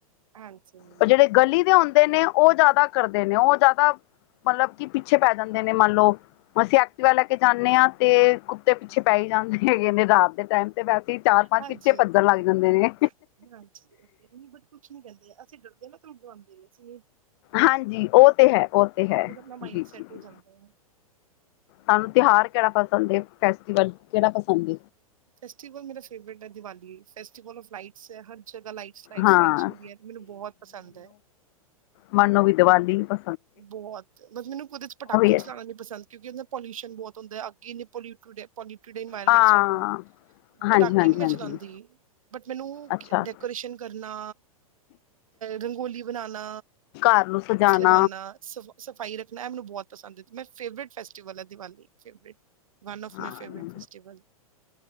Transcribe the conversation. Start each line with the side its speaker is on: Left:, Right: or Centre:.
Right: ਹਾਂਜੀ
Left: ਪਰ ਜਿਹੜੇ ਗਲੀ ਦੇ ਹੁੰਦੇ ਨੇ ਉਹ ਜ਼ਿਆਦਾ ਕਰਦੇ ਨੇ ਉਹ ਜ਼ਿਆਦਾ ਮਤਲਬ ਕਿ ਪਿੱਛੇ ਪੈ ਜਾਂਦੇ ਨੇ ਮੰਨ ਲਓ ਅਸੀਂ ਐਕਟਿਵਾ ਲੈ ਕੇ ਜਾਂਦੇ ਹਾਂ ਤੇ ਕੁੱਤੇ ਪਿੱਛੇ ਪੈ ਹੀ ਜਾਂਦੇ ਹੈਗੇ ਨੇ ਰਾਤ ਦੇ ਟਾਈਮ ਤੇ ਵੈਸੇ ਹੀ ਚਾਰ ਪੰਜ
Right: ਹਾਂਜੀ
Left: ਪਿੱੱਚੇ
Right: ਉਹ
Left: ਪੱਧਰ
Right: ਤੇ
Left: ਲੱਗ
Right: ਹੈ
Left: ਜਾਂਦੇ ਨੇ
Right: ਹਾਂਜੀ ਉਹ ਤੇ ਨਹੀਂ ਬਟ ਕੁਛ ਨੀ ਕਹਿੰਦੇ ਅਸੀਂ ਡਰਦੇ ਨਾ ਤੈੂੰ ਡੁਵਾਉਂਦੇ ਨੇ ਸੀ
Left: ਹਾਂਜੀ ਉਹ ਤੇ ਹੈ ਉਹ ਤੇ ਹੈ
Right: ਬਸ ਆਪਣਾ ਮਾਇੰਡ
Left: ਜੀ
Right: ਸੈਟ
Left: ਜੀ
Right: ਹੋ
Left: ਜੀ
Right: ਜਾਂਦਾ ਹੈ
Left: ਸਾਨੂੰ ਤਿਉਹਾਰ ਕਿਹੜਾ ਪਸੰਦ ਫੈਸਟੀਵਲ ਕਿਹੜਾ ਪਸੰਦ
Right: ਫੈਸਟੀਵਲ ਮੇਰਾ ਫੇਵਰੇਟ ਹੈ ਦੀਵਾਲੀ ਫੈਸਟੀਵਲ ਫ ਲਾਈਟਸ ਹੈ ਹਰ ਜਗਾ ਲਾਈ ਸਲਾ
Left: ਹਾਂ
Right: ਸਲਾਈਟਸ ਹੁੰਦੀਆਂ ਮੈਨੂੰ ਬਹੁਤ ਪਸੰਦ ਹੈ
Left: ਮੰਨੋ ਵੀ ਦੀਵਾਲੀ ਬ
Right: ਬਹੁਤ ਮਤਲਬ ਮੈਨੂੰ ਕੁਦੇ ਚ ਪਟਾਕੇ
Left: ਹੈ
Right: ਚਲਾਉਣਾ ਵੀ ਪਸੰਦ ਕਿਉਂਕਿ ਉਹ ਪੋਲਿਊਸ਼ਨ ਬਹੁਤ ਹੁੰਦਾ ਹੈ ਅੱਗੇ ਇੰ ਪੋਡ ਇਨਵਾਰਮੈਂਟ
Left: ਹਾਂ
Right: ਸਾਡਾ ਪਟਾਕੇ
Left: ਹਾਂਜੀ ਹਾਂਜੀ
Right: ਨੀ ਮੈਂ
Left: ਹਾਂਜੀ
Right: ਚਲਾਉਂਦੀ ਬਟ ਮੈਨੂੰ
Left: ਅੱਛਾ
Right: ਡੈਕੋਰੇਸ਼ਨ ਕਰਨਾ ਰੰਗੋਲੀ ਬਣਾਣਾ
Left: ਘਰ ਨੂੰ ਸਜਾਣਾ
Right: ਸਫ਼ਾਈ ਰੱਖਣਾ ਮੈਨੂੰ ਬਹੁਤ ਪਸੰਦ ਹੈ ਮੇਰਾ ਫੇਵਰੇਟ ਫੈਸਟੀਵਲ ਹੈ ਦਿਵਾਲੀ ਵਨ ਔਫ
Left: ਹਾਂ
Right: ਮਾਈ ਫੇਵਰੇਟ ਫੈਸਟੀਵਲ